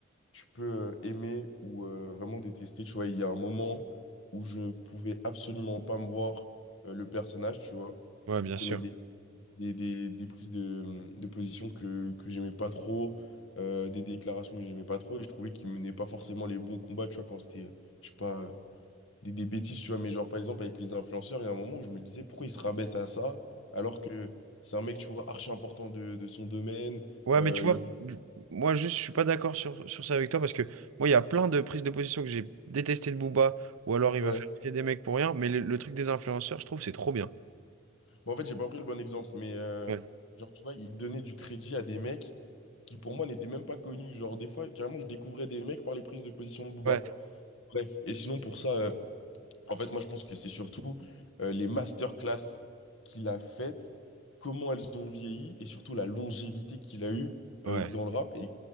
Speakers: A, on the left (about 65°); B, on the right (about 85°).
A: tu peux euh, aimer ou euh, vraiment détester. Tu vois, il y a un moment où je pouvais absolument pas me voir euh, le personnage, tu vois.
B: Ouais,
A: Il
B: bien
A: prenait
B: sûr.
A: des, des, des- des prises de, de position que, que j'aimais pas trop, euh, des déclarations que j'aimais pas trop, et je trouvais qu'il menait pas forcément les bons combats, tu vois, quand c'était, euh, je sais pas, euh, des, des bêtises, tu vois. Mais genre, par exemple, avec les influenceurs, il y a un moment où je me disais, pourquoi il se rabaisse à ça, alors que c'est un mec, tu vois, archi important de, de son domaine,
B: Ouais,
A: euh,
B: mais tu Euh,
A: il...
B: vois, je- moi juste, je suis pas d'accord sur, sur ça avec toi parce que moi, il y a plein de prises de position que j'ai détesté de Booba ou alors il
A: ouais,
B: va faire chier des mecs pour rien, mais le, le truc des influenceurs, je trouve, c'est trop bien.
A: Bon, en fait, j'ai pas pris le bon exemple, mais euh,
B: Ouais.
A: genre, tu vois, il donnait du crédit à des mecs qui, pour moi, n'étaient même pas connus. Genre, des fois, carrément, je découvrais des mecs par les prises de position de Booba.
B: Ouais,
A: Bref, et sinon, pour ça, euh, en fait, moi, je pense que c'est surtout euh, les masterclass qu'il a faites, comment elles ont vieilli, et surtout la longévité qu'il a eue
B: ouais,
A: euh, dans le rap, et